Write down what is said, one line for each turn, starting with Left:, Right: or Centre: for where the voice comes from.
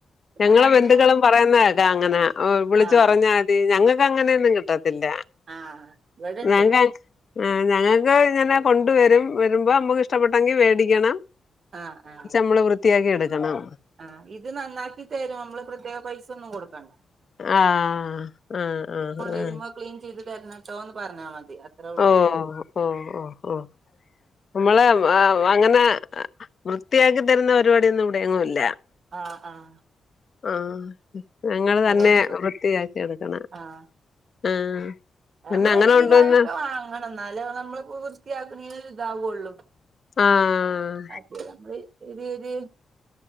Left: ഞങ്ങളും
Right: നന്നാക്കണെങ്കി
Left: ബന്ധുകളും പറയുന്നതേക്കാ അങ്ങനെ വിളിച്ചു
Right: ആഹ്
Left: പറഞ്ഞാൽ ഞങ്ങക്ക് അങ്ങനെയൊന്നും കിട്ടത്തില്ല
Right: ആഹ് ഇവിടെണ്ട്
Left: ഞങ്ങ്ക് ആഹ് ഞങ്ങക്ക് ഇങ്ങനെ കൊണ്ട് വരും വരുമ്പോ നമ്മുക്ക് ഇഷ്ടപ്പെട്ടെങ്കി മേടിക്കണം
Right: ആഹ് ആഹ്
Left: നമ്മള് വൃത്തിയാക്കി എടുക്കണം
Right: ആഹ് ഇത് നന്നാക്കി തരും നമ്മള് പ്രത്യേകം പൈസ ഒന്നും കൊടുക്കണ്ട
Left: ആഹ് ആഹ് ആഹ്
Right: കൊണ്ടുവരുമ്പോ
Left: ആഹ്
Right: ക്ലീൻ ചെയ്ത് തരണട്ടോന്ന് പറഞ്ഞാ മതി അത്രേ ഉള്ളൂ
Left: ഓഹ് ഓഹ് ഓഹ് ഓഹ് നമ്മളെ അങ്ങനെ വൃത്തിയാക്കി തരുന്ന പരിപാടിയൊന്നും ഇവിടെങ്ങുംല്ല
Right: ആഹ് ആഹ്
Left: ആഹ് ഞങ്ങൾ തന്നെ
Right: അതുകൊണ്ട് സു
Left: വൃത്തിയാക്കി എടുക്കണം
Right: ആഹ്
Left: ആഹ് പിന്നെ
Right: നമ്മള്
Left: അങ്ങനെ
Right: ഒരു
Left: കൊണ്ടുവന്ന
Right: കിലോനൊക്കെ വാങ്ങണം ഇന്നാല് നമ്മളിപ്പോ വൃത്തിയാക്കണീന് ഒരു ഇതാവുള്ളൂ
Left: ആഹ്
Right: അയ്കുടെ നമ്മള് ഒര് രി